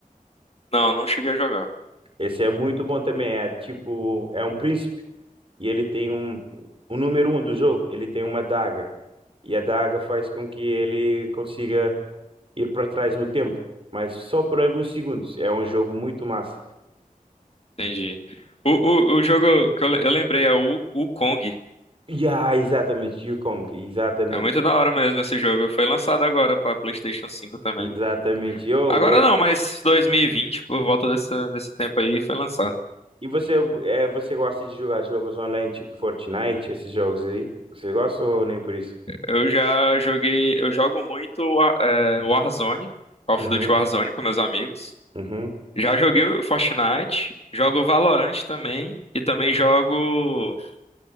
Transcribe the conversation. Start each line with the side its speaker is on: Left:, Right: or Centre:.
Left: Não, não cheguei a jogar.
Right: Esse é muito bom também. É tipo, é um príncipe e ele tem um, o número um do jogo. Ele tem uma daga e a daga faz com que ele consiga ir para trás no tempo, mas só por alguns segundos. É um jogo muito massa.
Left: Entendi. O, o, o jogo que eu, le- eu lembrei é o, o Kong.
Right: Yeah, exatamente, Yukong, exatamente,
Left: É muito da hora mesmo esse jogo. Foi lançado agora pra PlayStation cinco também.
Right: exatamente. Oh,
Left: Agora
Right: é-
Left: não, mas 2020 por volta dessa, desse tempo aí, foi lançado.
Right: e você, é, você gosta de jogar jogos online tipo Fortnite, esses jogos aí? Você gosta ou nem por isso?
Left: Eu já joguei, eu jogo muito Wa- é, Warzone, Call
Right: Uhum,
Left: of Duty Warzone com meus amigos.
Right: uhum.
Left: Já joguei o Fortnite, jogo Valorant também e também jogo